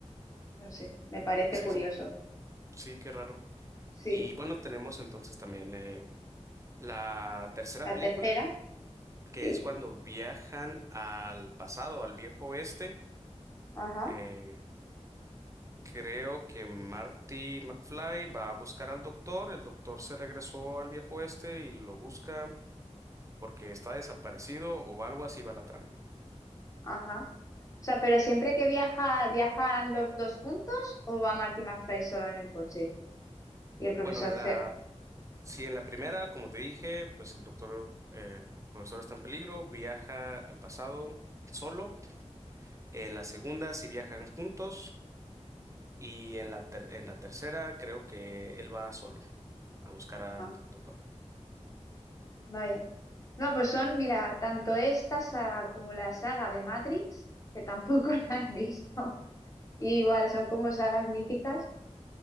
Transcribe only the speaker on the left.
No sé, me parece
curioso.
Sí.
La
tercera,
sí.
Ajá,
ajá. O sea, pero siempre que viaja, ¿viajan los dos juntos o va Marty McFly solo en el coche? Y el profesor
se...
ajá.
Vaya. No, pues son, mira, tanto esta saga como la saga de Matrix, que tampoco <laughs> la he visto, y igual son como sagas míticas,